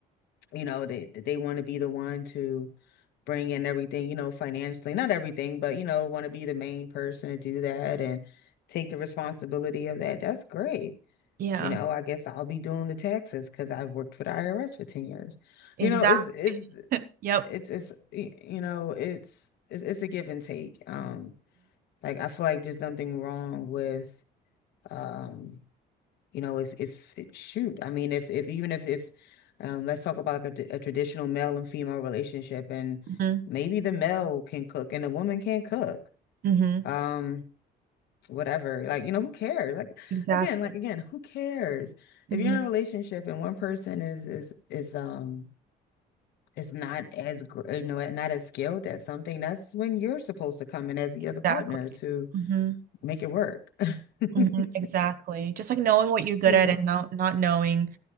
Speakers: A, on the left; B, on the right.
A: you know they they want to be the one to bring in everything you know financially not everything but you know want to be the main person to do that and take the responsibility of that that's great
B: Yeah.
A: you know I guess I'll be doing the taxes because I've worked for the IRS for 10 years
B: Exactly.
A: you know it's it's
B: Yep.
A: it's it's y- you know it's it's, it's a give and take um like I feel like there's nothing wrong with um you know, if if shoot, I mean, if if even if if um, let's talk about like a a traditional male and female relationship, and
B: Mm-hmm.
A: maybe the male can cook and the woman can't cook.
B: hmm
A: Um, whatever. Like, you know, who cares? Like
B: Exactly.
A: again, like again, who cares? If
B: hmm
A: you're in a relationship and one person is is is um is not as gr- you know not as skilled at something, that's when you're supposed to come in as the other
B: Exactly.
A: partner to
B: hmm
A: make it work. <laughs>
B: hmm Exactly. Just like knowing what you're good
A: You
B: at
A: know.
B: and not not knowing